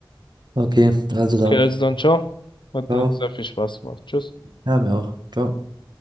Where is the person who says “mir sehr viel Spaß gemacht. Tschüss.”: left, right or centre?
Left